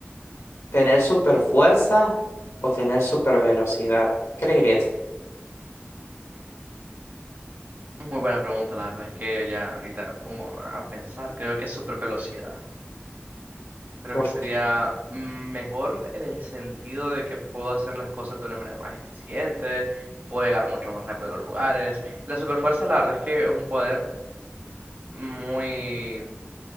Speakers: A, on the left; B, on the right.
A: tener super fuerza o tener super velocidad? ¿Qué elegirías?
B: Muy buena pregunta, la verdad es que ya ahorita me pongo a pensar. Creo que es super velocidad. Creo
A: ¿Por
B: que sería
A: qué?
B: mm, mejor en el sentido de que puedo hacer las cosas de una manera más eficiente, puedo llegar mucho más rápido a los lugares. La superfuerza, la verdad es que es un poder muy